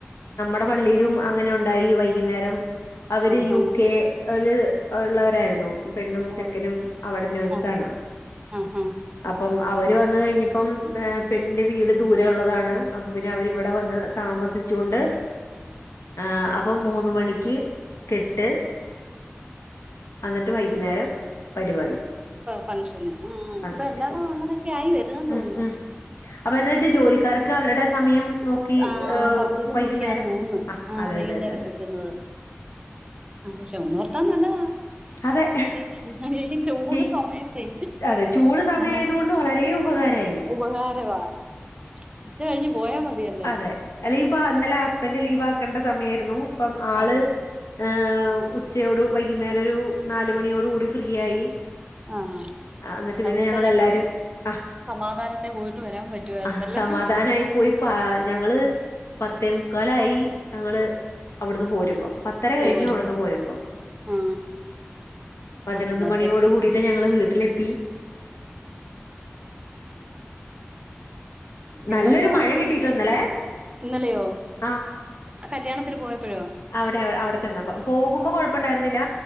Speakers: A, on the left (about 80°); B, on the right (about 20°).
A: മ്മടെ പള്ളിയിലും അങ്ങനെ ഉണ്ടായി വൈകുന്നേരം അവര്
B: ആഹാ
A: യു കെ ല് ഒള്ളവരായിരുന്നു പെണ്ണും
B: ഓ
A: ചെക്കനും അവിടെ നേഴ്സ്സാണ്
B: ആ ആഹാ
A: അപ്പം അവര് വന്ന് കഴിഞ്ഞപ്പം പെണിന്റെ വീട് ദൂരെ ഒള്ളതാണ് അപ്പൊ പിന്നെ അവരിവടെ വന്ന് താമസിച്ചൂണ്ട് ആ അപ്പം മൂന്ന് മണിക്ക് കെട്ട് അന്നിട്ട് വൈകുന്നേരം പരുപാടി
B: ഫംഗ്ഷന് ആ
A: അ
B: ഇപ്പൊ
A: ശരി
B: എല്ലായിടവും അങ്ങനെയൊക്കെ ആയി വരുന്നെന്ന്
A: ഉ
B: തോന്നുന്നു
A: ഉ അപ്പ ന്താ വെച്ചാ ജോലിക്കാർക്ക് അവരടെ സമയം നോക്കി
B: ആ
A: ഏഹ്
B: സൗകര്യം
A: വൈകുന്നേരം
B: നോക്കിയാന്ന് തോന്ന്ന്
A: ആഹ്
B: ആ
A: അതെ
B: വൈയ്ന്നേരം
A: അതെ അതെ അതെ
B: വെക്കുന്നത് ആഹ് പക്ഷെ ഒന്നോർത്താ നല്ലതാ
A: അതെ
B: ഈ ഈ ചൂട്
A: ഈ
B: സമയത്തെ
A: അതെ ചൂട് സമയായതൊണ്ട്
B: ആ
A: വളരെ ഉപകാരായി
B: ഉപകാരവാ ഉച്ച കഴിഞ്ഞ് പോയാ മതിയല്ലോ
A: അതെ അല്ലെ- ഇപ്പ ഇന്നലെ ഹസ്ബന്ഡ് ലീവാക്കണ്ട സമയാരുന്നു ഇപ്പം ആള്
B: ആരും
A: ങ് ഉച്ചയോട് വൈകുന്നേരം ഒരു നാല് മണിയോടൂടി ഫ്രീയായി
B: ആ
A: ആ ന്നിട്ട്
B: അതുകൊണ്ട്
A: പിന്നെ ഞങ്ങളെല്ലാരും
B: എല്ലാർക്കും
A: ആ
B: സമാധാനത്തെ പോയിട്ട് വരാൻ പറ്റുവായിരുന്നല്ലേ
A: അ സമാധാനായി പോയി പാ ഞങ്ങള് പത്തേമുക്കാലായി ഞങ്ങള് അവിടുന്ന് പോരുമ്പൊ പത്തര കഴിഞ്ഞു
B: പോരുമ്പോ
A: അവിടുന്ന് പോരുമ്പോ
B: ആ
A: പതിനൊന്ന്
B: ആ അന്നത്തെ
A: മണിയോട്കൂടിട്ട് ഞ ങ്ങള് വീട്ടിലെത്തി
B: ഇന്നത്തെ
A: നല്ലൊരു മഴ കിട്ടിട്ടോ ഇന്നലെ
B: ഇന്നലെയോ
A: ആ
B: അ കല്യാണത്തിന് പോയപ്പഴോ
A: അവിടെ അവിടെ ചെന്നപ്പം പോകുമ്പോ കൊഴപ്പൊണ്ടായിരുന്നില്ല